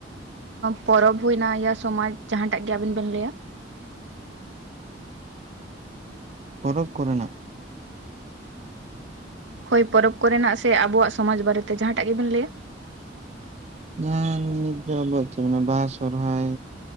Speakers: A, on the right; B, on the right.
A: ᱯᱚᱨᱚᱵᱽ ᱦᱩᱭᱱᱟ ᱭᱟ ᱥᱚᱢᱟᱡ ᱡᱟᱦᱟᱸᱴᱟᱜ ᱜᱮ ᱟᱵᱤᱱ ᱵᱤᱱ ᱞᱟᱹᱭᱟ
B: ᱯᱚᱨᱚᱵᱽ ᱠᱚᱨᱮᱱᱟᱜ
A: ᱦᱳᱭ ᱯᱚᱨᱚᱵᱽ ᱠᱚᱨᱮᱱᱟᱜ ᱥᱮ ᱟᱵᱚᱣᱟᱜ ᱥᱚᱢᱟᱡᱽ ᱵᱟᱨᱮᱛᱮ ᱡᱟᱦᱟᱸᱴᱟᱜ ᱜᱮᱵᱮᱱ ᱞᱟᱹᱭᱟ
B: ᱡᱟᱦᱟᱸ ᱱᱤᱛ ᱫᱚ ᱟᱵᱚᱣᱟᱜ ᱪᱮᱫ ᱵᱟᱦᱟ ᱥᱚᱷᱚᱨᱟᱭ